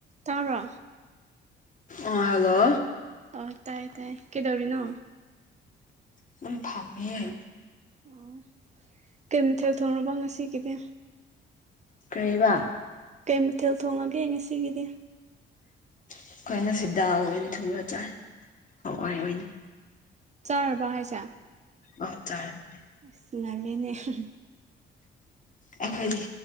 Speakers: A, on the right; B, on the left.
A: ꯇꯥꯕ꯭ꯔꯣ
B: ꯑꫭ ꯍꯜꯂꯣ
A: ꯑꯣ ꯇꯥꯏ ꯇꯥꯏ ꯀꯩꯗꯧꯔꯤꯅꯣ
B: ꯑꯗꯨꯝ ꯐꯝꯃꯦꯌꯦ
A: ꯑꯣ ꯀꯩ ꯃꯊꯦꯜ ꯊꯣꯡꯔꯕ ꯉꯁꯤꯒꯤꯗꯤ꯫
B: ꯀꯔꯤꯕ
A: ꯀꯩ ꯃꯊꯦꯜ ꯊꯣꯡꯉꯒꯦ ꯉꯁꯤꯒꯤꯗꯤ
B: ꯑꯩꯈꯣꯏ ꯉꯁꯤ ꯗꯥꯜ ꯑꯣꯏꯅ ꯊꯣꯡꯉ ꯆꯥꯏ꯫ ꯍꯋꯥꯏ
A: ꯎꯝ
B: ꯑꯣꯏꯅ
A: ꯆꯥꯔꯕ ꯍꯥꯏꯁꯦ
B: ꯑꯣ ꯆꯥꯔꯝꯅꯦ
A: ꯑꯁ ꯉꯜꯂꯤꯅꯦ <unintelligible>
B: ꯑꯩꯈꯣꯏ